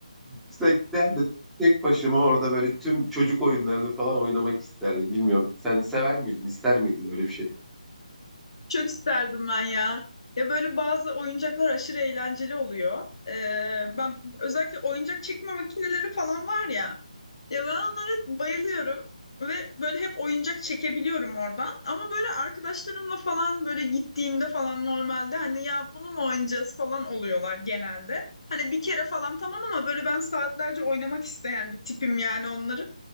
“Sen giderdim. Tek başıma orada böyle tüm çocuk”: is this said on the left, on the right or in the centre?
Centre